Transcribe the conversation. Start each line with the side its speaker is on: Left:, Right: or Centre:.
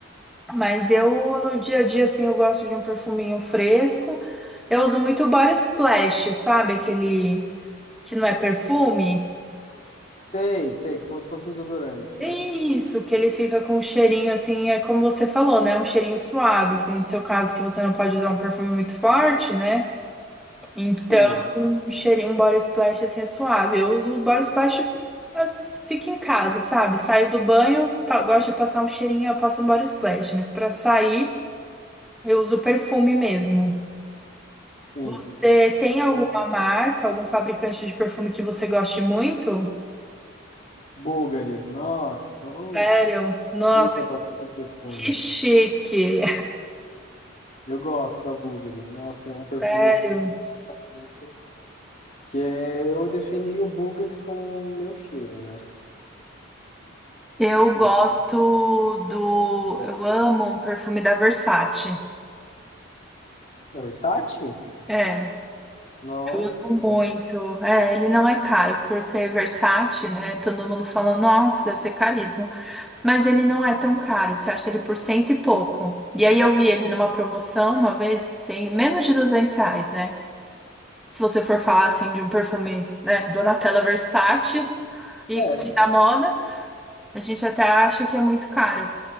Centre: Mas eu, no dia a dia, assim, eu gosto de um perfuminho fresco. Eu uso muito Body Splash, sabe? Aquele que não é perfume.
Left: Sei, sei, como se fosse um desodorante,
Centre: É
Left: né?
Centre: Isso, que ele fica com um cheirinho assim, é como você falou, né? Um cheirinho suave, que nem no seu caso que você não pode usar um perfume muito forte, né? Então,
Left: Sim,
Centre: um cheirinho, um body splash assim é suave. Eu uso o body splash, mas fica em casa, sabe? Saio do banho, pa- gosto de passar um cheirinho, eu passo um body splash, mas pra sair, eu uso perfume mesmo.
Left: sim.
Centre: Você tem alguma
Left: Nossa,
Centre: marca, algum fabricante de perfume que você goste muito?
Left: Bulgari, nossa, ô,
Centre: Sério? Nossa,
Left: coisa pra fazer perfume.
Centre: que chique.
Left: Eu gosto da Bulgari. Nossa, é um perfume
Centre: <laughs> Sério.
Left: que muito. Que é, eu defini o Bulgari com o meu cheiro, né?
Centre: Eu
Left: Porque.
Centre: gosto do.
Left: Bom,
Centre: Eu amo um perfume da Versace.
Left: é Versace?
Centre: É.
Left: Nossa,
Centre: Eu amo muito. É, ele não é caro por ser Versace, né? Todo mundo fala, nossa, deve ser caríssimo. Mas ele não é tão caro. Você acha ele por cento e pouco. E aí eu vi ele numa promoção uma vez, sem menos de 200 reais, né? Se você for falar assim de um perfume, né? Donatella Versace, ícone
Left: é,
Centre: da moda. A gente até acha que é muito caro.